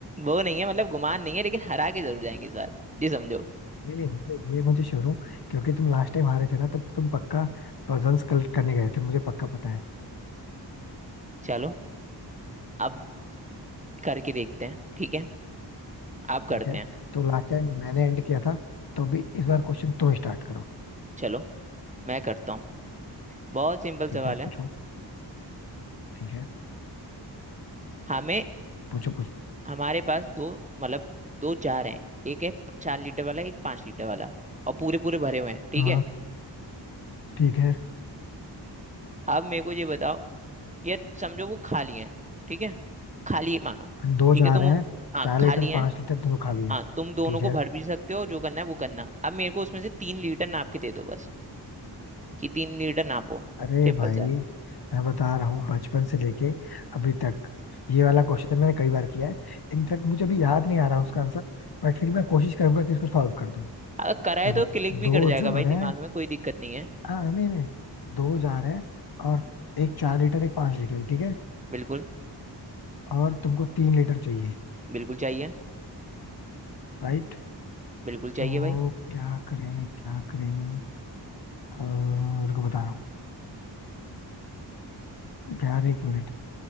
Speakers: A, on the right; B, on the left.
A: वो नहीं है मतलब गुमान नहीं है लेकिन हरा के जरूर जाएंगे इस बार जी समझो
B: नहीं नहीं मुझे ये मुझे श्योर हूँ क्योंकि तुम लास्ट टाइम हारे थे ना तब तुम पक्का पजल्स कलेक्ट करने गए थे मुझे पक्का पता है
A: चलो अब करके देखते हैं ठीक है आप
B: ठीक
A: करते
B: है
A: हैं
B: तो लास्ट टाइम मैंने एंड किया था तो भी इस बार क्वेश्चन तुम स्टार्ट करो
A: चलो मैं करता हूँ बहुत सिंपल
B: ठीक
A: सवाल
B: है
A: है
B: पूछो ठीक है
A: हमें
B: पूछो पूछो
A: हमारे पास दो मतलब दो जार हैं एक है प- चार लीटर वाला एक पांच लीटर वाला और पूरे पूरे भरे हुए हैं ठीक
B: हाँ
A: है
B: ठीक है
A: अब मेरे को ये बताओ ये समझो वो खाली है ठीक है खाली मानो
B: दो
A: ठीक
B: जा
A: है तुम
B: रहे हैं
A: हाँ
B: चार
A: खाली
B: लीटर
A: है
B: पांच लीटर दोनों खाली है
A: हाँ तुम दोनों
B: ठीक
A: को
B: है
A: भर भी सकते हो जो करना है वो करना अब मेरे को उसमें से तीन लीटर नाप के दे दो बस कि तीन लीटर नापो
B: अरे
A: सिंपल
B: भाई
A: सा है
B: मैं बता रहा हूँ बचपन से लेके अभी तक ये वाला क्वेश्चन मैंने कई बार किया है इनफैक्ट मुझे अभी याद नहीं आ रहा उसका आंसर बट फिर मैं कोशिश करूंगा कि इसको सॉल्व कर दूं
A: अगर कराए
B: देखो
A: तो क्लिक भी
B: दो
A: कर जाएगा
B: जार
A: भाई दिमाग
B: है
A: में कोई दिक्कत नहीं है
B: हाँ नहीं नहीं दो जार है और एक चार लीटर एक पांच लीटर ठीक है
A: बिल्कुल
B: और तुमको तीन लीटर चाहिए
A: बिल्कुल चाहिए
B: राइट
A: बिल्कुल चाहिए
B: तो
A: भाई
B: क्या करें क्या करें अह, रुको बता रहा हूँ यार एक मिनट